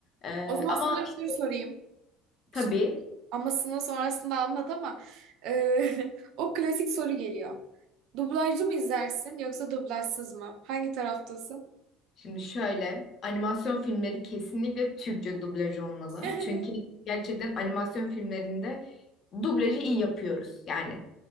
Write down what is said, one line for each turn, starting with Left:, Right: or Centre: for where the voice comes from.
Left: Ee,
Right: o zaman
Left: ama
Right: sana bir
Left: işte
Right: soru sorayım.
Left: tabii
Right: Şimdi bu amasını sonrasında anlat ama e, <laughs> o klasik soru geliyor. Dublajlı mı izlersin yoksa dublajsız mı? Hangi taraftasın?
Left: şimdi şöyle animasyon filmleri kesinlikle Türkçe dublaj olmalı.
Right: <laughs>
Left: Çünkü gerçekten animasyon filmlerinde dublajı iyi yapıyoruz. Yani